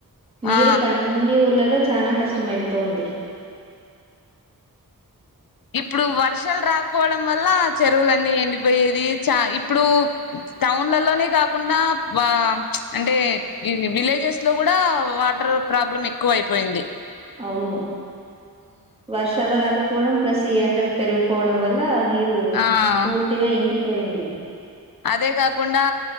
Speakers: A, on the right; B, on the left.
A: నీరుకు
B: ఆ
A: అన్ని ఊర్లలో చానా కష్టం అయిపోతో ఉంది
B: ఇప్పుడు వర్షాలు రాకపోవడం వల్ల చెరువులన్నీ ఎండిపోయేది చ ఇప్పుడు టౌన్లలోనే కాకుండా వా అంటే ఈ విలేజెస్ లో కూడా వాటర్ టర్ ప్రాబ్లం ఎక్కువ అయిపోయింది
A: అవును వర్షాలు రాకపోవడం ప్లస్ ఈ ఎండలు పెరిగిపోవడం వల్ల నీరు
B: ఆ
A: పూర్తిగా ఇంకిపోయింది
B: అదే కాకుండా